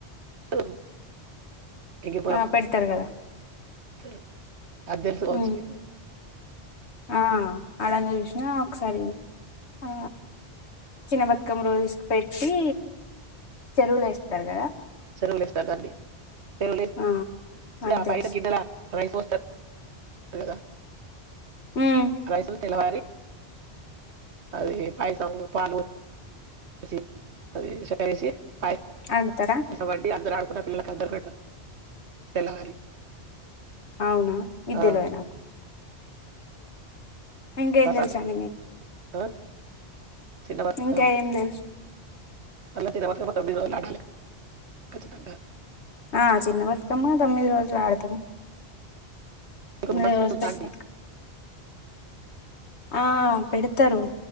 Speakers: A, on the right (about 85°); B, on the left (about 85°).
A: <unintelligible> <unintelligible>
B: ఆ పెడతారు కదా!
A: త అది తెలుసుకోవచ్చు
B: హ్మ్.
A: మీకు
B: ఆ! ఆడంగా చూసినా ఒకసారి ఆ చిన్న బతుకమ్మ రోజేస్కిపెట్టి చెరువుల ఎస్తరు కదా
A: చెరువులు ఇస్తారుదండి <unintelligible>
B: ఆ! అది తెలుసు.
A: రైసు వస్తరు కదా
B: హ్మ్.
A: రైసులు తినవారి అది పాయసము పాలు అసి అది‌‌ చెక్కరేసి పాయ
B: ఆడుతారా?
A: ఏవండీ అందరూ ఆడుకుంటారు పిల్ల కద్దరు కడతారు తెల్లవారి
B: అవునా ఇది
A: ఆ,
B: తెల్వదు నాకు ఇంకేం
A: ప్రసాదం
B: తెల్సండి మీక్.
A: ఆ, చిన్న బతుకమ్మ
B: ఇంకా ఏం తెల్సు,
A: మళ్ళీ చిన్న బతుకమ్మ తొమ్మిది రోజులు ఆడాలి ఖచ్చితంగా
B: ఆ చిన్న బతుకమ్మా తొమ్మిది రోజుల్ ఆడ్త్. కదా.
A: మీకు
B: <unintelligible>
A: గుమ్మడి చెట్టు ఉందా
B: పెద్ద
A: అండి
B: బతకమ్మ్. ఆ పెడ్తారు